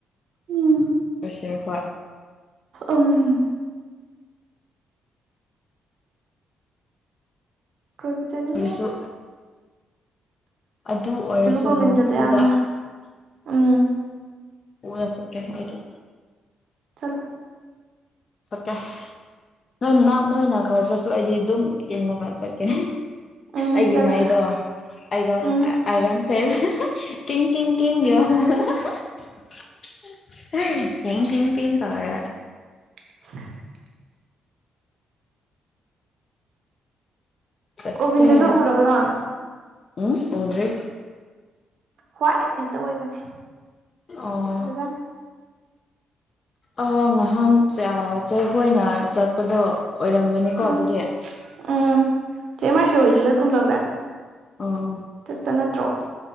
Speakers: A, on the right; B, on the left.
A: ꯎꯝ
B: ꯀꯁꯦ ꯈ
A: ꯎꯝ ꯀꯣꯏꯕꯨ ꯆꯅꯤꯡꯉꯦ
B: ꯑꯣꯏꯔꯁꯨ ꯑꯗꯨ ꯑꯣꯏꯔꯁꯨ
A: ꯒꯣꯕꯤꯟꯗꯗꯣ
B: ꯅꯝꯐꯨꯗ
A: ꯌꯥꯝꯅ ꯎꯝ
B: ꯄ ꯆ ꯍꯥꯏꯨ
A: ꯆꯂꯣ
B: ꯑꯣꯀ ꯅꯣꯏ ꯅꯣꯏꯅ ꯀꯧꯗ꯭ꯔꯁꯨ ꯑꯩꯗꯤ ꯑꯗꯨꯝ ꯏꯜꯂꯒ ꯆꯠꯀꯦ
A: ꯎꯝ
B: ꯑꯩꯒꯤ
A: ꯆꯠꯂꯣ
B: ꯃꯥꯏꯗꯣ ꯑꯥꯏꯔꯣꯟ
A: ꯎꯝ
B: ꯑꯥꯏꯔꯣꯟ ꯐꯦꯁ ꯡꯡ ꯀꯡ ꯗꯋꯥꯍꯡꯡ ꯇ ꯀꯔꯦ
A: <inaudible>
B: ꯐꯠꯇꯦ
A: ꯒꯣꯕꯤꯟꯗꯗꯣ ꯎꯔꯕ ꯅꯪ
B: ꯎꯝ ꯍꯗ꯭ꯔꯤ
A: ꯍ꯭ꯋꯥꯏꯠ ꯉꯥꯛꯇ ꯑꯣꯏꯕꯅꯦ
B: ꯑꯣ
A: ꯐꯖꯖꯥꯠꯅꯤ
B: ꯑ ꯉꯍꯥꯟ ꯆꯩꯈꯣꯏꯅ ꯆꯠꯄꯗꯣ ꯑꯣꯏꯔꯝꯒꯅꯤꯀꯣ
A: ꯎꯝ
B: ꯑꯗꯨꯗꯤ
A: ꯎꯝ ꯆꯦ ꯃꯥꯁꯤ ꯍꯣꯏꯖ ꯆꯠ ꯀꯨꯝꯗꯧꯗ
B: ꯑꯣ
A: ꯇ ꯅꯠꯇ꯭ꯔꯣ